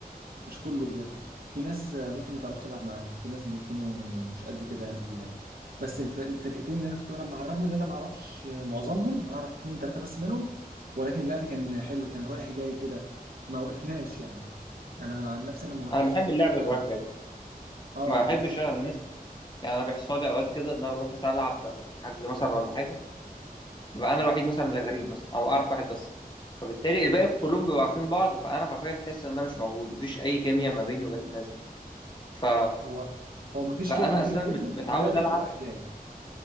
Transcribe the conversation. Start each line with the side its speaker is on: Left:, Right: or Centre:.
Right: مش كله بجد في ناس آه، ممكن ما تعرفش تلعب معاهم في ناس بيكونوا مش قد كده يعني في اللعب بس الف- الفرقتين اللي انا كنت بلعب مع الرغم ان انا ما اعرفش معظمهم اعرف اتنين تلاته بس منهم ولكن اللعب كان حلو كان رايح جاي كده ما وقفناش يعني انا عن نفسي انا ما وقفتش
Left: أنا بحب
Right: خالص
Left: اللعب
Right: في
Left: اللي
Right: الملعب
Left: رايح جاي
Right: اه
Left: ما بحبش
Right: ما
Left: أنا الناس يعني أنا بيحصل لي أوقات كده إن أنا بروح مثلا ألعب حجز مثلا ولا حاجة ببقى
Right: ما-
Left: أنا الوحيد مثلا اللي غريب مثلا أو أعرف واحد بس فبالتالي الباقي كلهم بيبقوا عارفين بعض فأنا حرفيا تحس إن أنا مش موجود مفيش أي كيمياء ما بيني وبين الناس دي ف...
Right: هو هو ما فيش
Left: فأنا
Right: كيمياء بيني
Left: أساسا
Right: وبينهم
Left: مت- متعود
Right: واللعب
Left: ألعب
Right: كان رايح جاي